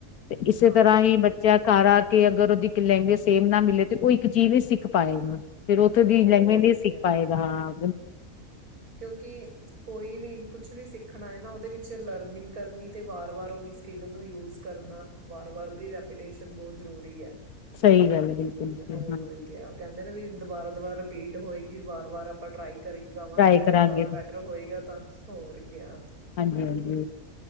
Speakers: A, on the left; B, on the right.
A: ਤੇ ਇਸੇ
B: ਹਾਂਜੀ
A: ਤਰ੍ਹਾਂ ਹੀ ਬੱਚਿਆਂ ਘਰਾਂ ਕੇ ਅਗਰ ਉਹਦੀ ਇੱਕ ਲੈਂਗੁਏਜ ਸੇਮ ਨਾ ਮਿਲੇ ਤੇ ਉਹ ਇੱਕ ਚੀਜ਼ ਨ ਸਿੱਖ ਪਾਏਗਾ। ਫਿਰ ਉੱਥੇ ਦੀ
B: ਹੋਰ
A: ਲੈਂਗਵੇਜ ਨਹੀਂ ਸਿੱਖ
B: ਕਿਆ
A: ਪਾਏਗਾ ਹਾਂ।
B: ਕਿਉਂਕਿ ਕੋਈ ਵੀ ਕੁਛ ਵੀ ਸਿੱਖਣਾ ਹੈ ਨਾ ਉਹਦੇ ਵਿੱਚ ਚ ਲਰਨਿੰਗ ਕਰਨੀ ਤੇ ਵਾਰ ਵਾਰ ਉਹੀ ਸਕਿੱਲ ਨੂੰ ਯੂਜ ਕਰਨਾ ਵਾਰ ਵਾਰ ਉਹਦੀ ਰੈਪੁਟੇਸ਼ਨ ਬਹੁਤ ਜ਼ਰੂਰੀ ਹੈ
A: ਸਹੀ ਗੱਲ ਹੈ ਬਿਲਕੁਲ
B: ਹੋਰ
A: ਹਾਂਜੀ
B: ਕਿਆ ਉਹ ਕਹਿੰਦੇ ਨੇ ਵੀ ਦੁਬਾਰਾ ਦੁਬਾਰਾ ਰਿਪੀਟ ਹੋਏਗੀ ਵਾਰ ਵਾਰ ਆਪਾਂ ਟਰਾਈ ਕਰੀ ਜਾਵਾਂਗੇ
A: ਟਰਾਈ
B: ਤਾਂ
A: ਕਰਾਂਗੇ
B: ਜ਼ਿਆਦਾ ਬੈਟਰ ਹੋਏਗਾ ਤਾਂ ਹੋਰ ਕਿਆ
A: ਹਾਂਜੀ ਹਾਂਜੀ